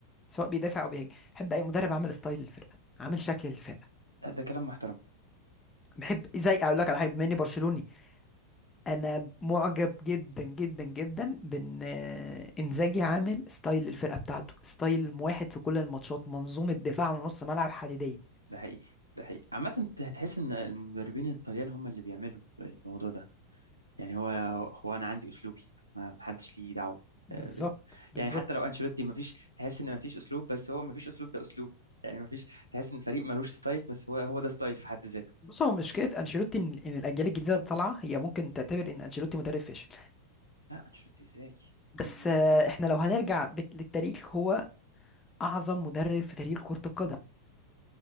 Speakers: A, on the left; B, on the right.
A: سواء بيدافع او بيهاجم بحب اي مدرب عامل ستايل للفرقه عامل شكل للفرقه
B: ده, ده كلام محترم
A: بحب زي اقول لك على حاجه بما اني برشلوني انا معجب جدا جدا جدا بان آه، انزاجي عامل ستايل الفرقه بتاعته ستايل واحد في كل الماتشات منظومه دفاع ونص ملعب حديديه
B: ده حقيقي ده حقيقي عامة انت هتحس ان المدربين الطليان هم اللي بيعملوا الموضوع ده يعني هو هو انا عندي اسلوبي ما حدش ليه دعوة
A: بالظبط
B: آه، بيه
A: بالظبط
B: يعني حتى لو انشيلوتي ما فيش تحس ان ما فيش اسلوب بس هو ما فيش اسلوب ده اسلوب يعني ما فيش تحس ان الفريق ملوش ستايل بس هو هو ده ستايل في حد ذاته
A: بص هو مشكلة أنشيلوتي إن إن الأجيال الجديدة اللي طالعة هي ممكن تعتبر إن أنشيلوتي مدرب فاشل
B: لا انشيلوتي ازاي
A: بس
B: يعني
A: آه، إحنا لو هنرجع بت- للتاريخ هو أعظم مدرب في تاريخ كرة القدم